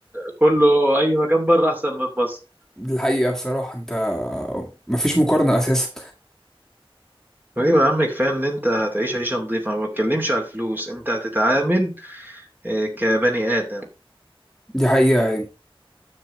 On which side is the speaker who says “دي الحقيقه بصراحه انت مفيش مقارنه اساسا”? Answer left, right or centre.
Centre